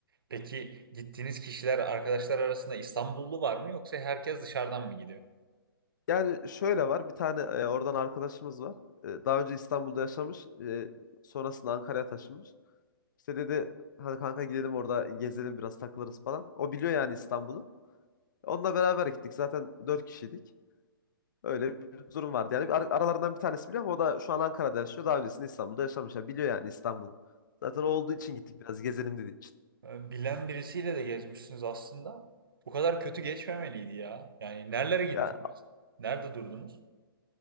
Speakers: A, on the right; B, on the left.
A: Peki gittiğiniz kişiler arkadaşlar arasında İstanbullu var mı yoksa herkes dışarıdan mı gidiyor?
B: Yani şöyle var bir tane e, oradan arkadaşımız var. E, daha önce İstanbul'da yaşamış. e, sonrasında Ankara'ya taşınmış. İşte dedi hadi kanka gidelim orada gezelim biraz takılırız falan. O biliyor yani İstanbul'u. Onunla beraber gittik. Zaten dört kişiydik. Öyle bir durum vardı. Yani bir ar- aralarından bir tanesi biliyor ama o da şu an Ankara'da yaşıyor. Daha öncesinde İstanbul'da yaşamış. Yani biliyor yani İstanbul'u. Zaten o olduğu için gittik biraz gezelim dediği için.
A: Bilen birisiyle de gezmişsiniz aslında. Bu kadar kötü geçmemeliydi ya. Yani nerelere gittiniz?
B: Ya
A: Nerede durdunuz?